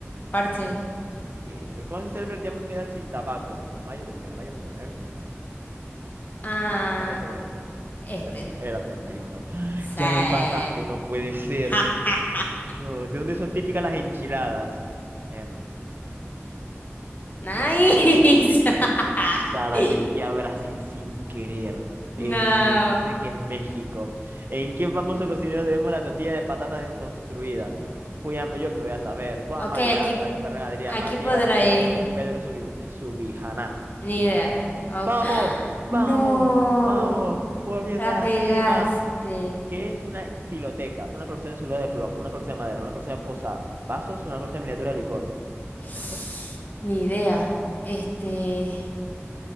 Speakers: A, on the left; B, on the right.
A: parche.
B: No, ¿Qué? ¿Cuándo se celebra el Día Mundial sin Tabaco? primero de mayo, 31 de mayo, primero de enero, 5 de mayo.
A: Ah,
B: A ver, ¿Es este o este?
A: este.
B: treinta era treinta y uno <gasps>
A: Sí.
B: Ya me empataste, no puede ser.
A: <laughs>
B: No, ¿de dónde son típicas las enchiladas? Em,
A: Nice. <laughs>
B: Sara, le di a Brasil sin querer. Es
A: No.
B: yo sé que es México. ¿En qué famoso cocinero debemos la tortilla de patatas desconstruida? Julián, yo qué voy a saber. Juan
A: Ok,
B: María
A: aquí,
B: Arza, Ferran Adrià,
A: aquí
B: Martí
A: podrá
B: Baracetegui,
A: ir.
B: Pedro Subi- Subijaná.
A: Ni
B: Subijá.
A: idea. Ok.
B: ¡Vamos!
A: <gasps> ¡Ah!
B: ¡Vamos!
A: No.
B: ¡Vamos! Volviendo
A: La
B: a la
A: pegaste.
B: cima. ¿Qué es una xiloteca? Una colección de soldados de plomo, una colección de madera, una colección de posavasos, una colección de miniaturas de licor.
A: <sniffs>
B: ¿Esto?
A: Ni idea. Este.